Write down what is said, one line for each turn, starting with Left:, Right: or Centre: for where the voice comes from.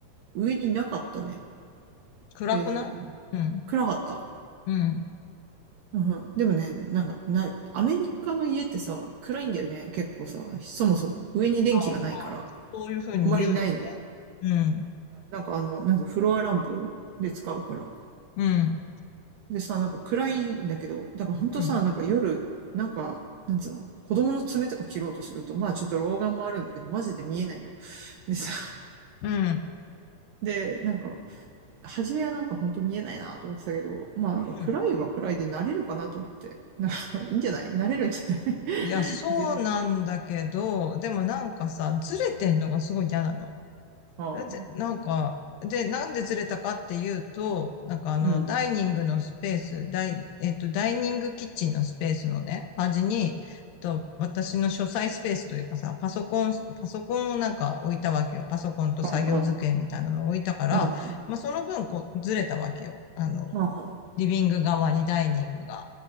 Right: 上になかったね。
Left: 暗くないうん。
Right: えー、暗かった。
Left: うん。
Right: うん、でもね、なんか、な、アメリカの家ってさ、暗いんだよね、結構さ、そもそも。上に電気がないから、
Left: あまあ、そういうふうに言うよね。
Right: あんまりないのよ。
Left: うん。
Right: なんかあの、なんてフロアランプで使うから。
Left: うん。
Right: でさ、なんか暗いんだけど、だからほんとさ、
Left: うん。
Right: なんか夜、なんか、なんつうの、子供の爪とか切ろうとすると、まあちょっと老眼もあるんだけど、マジで見えないの。でさ、
Left: うん。
Right: で、なんか、初めはなんかほんと見えないなと思ってたけど、まあなんか暗いは暗いで慣れるかなと思って。
Left: うん。
Right: なんか、いいんじゃない慣れるんじゃない
Left: いや、そうなんだけど、
Right: <laughs> 全然。
Left: でもなんかさ、ずれてんのがすごい嫌なの。
Right: ああ、
Left: で、なんか、で、なんでずれたかっていうと、なんかあの、
Right: うん。
Left: ダイニングのスペース、ダイ、えっと、ダイニングキッチンのスペースのね、端に、えっと、私の書斎スペースというかさ、パソコン、パソコンをなんか置いたわけよ。パソコンと作業机みたいなのを置いたから、
Right: ああ、ああ、あ
Left: まあ、その分、こう、ずれたわけよ。あの、
Right: あ、ああ、
Left: リビング側にダイニングが。